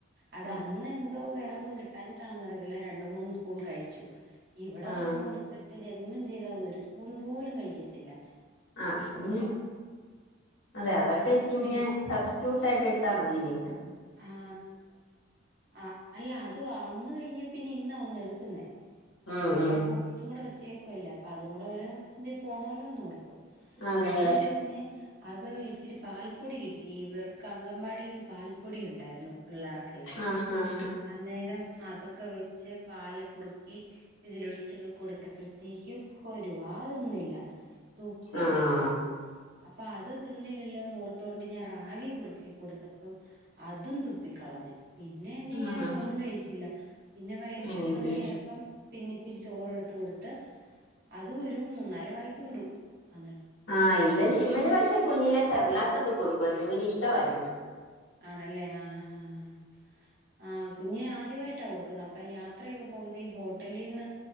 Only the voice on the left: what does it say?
ഉം
ആഹ്
ആ ഉം അതെ അതൊക്കെ
ച് ഇങ്ങനെ
സബ്സ്റ്റ്യൂട്ട് ആയിട്ട് എടുത്താ മതീനേ.
ഉം
ഉം
അതെ
അതെ
ആഹ് ആഹ്
ആഹ്
ആഹ്
ആഹ്
ആഹ് ഇവൻ ഇവന് പക്ഷെ കുഞ്ഞിലെ സെർലാക്കൊക്കെ കൊട്ക്കാര്ന്നു ഇവന് ട്ടമായിര്ന്നു.